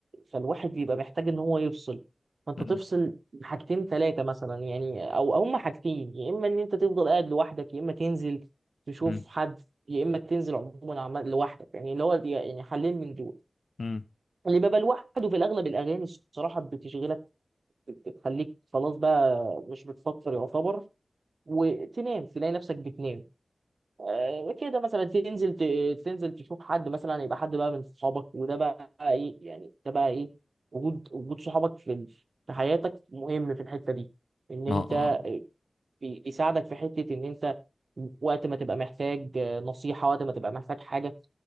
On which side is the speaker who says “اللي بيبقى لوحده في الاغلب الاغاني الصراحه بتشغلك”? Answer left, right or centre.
Right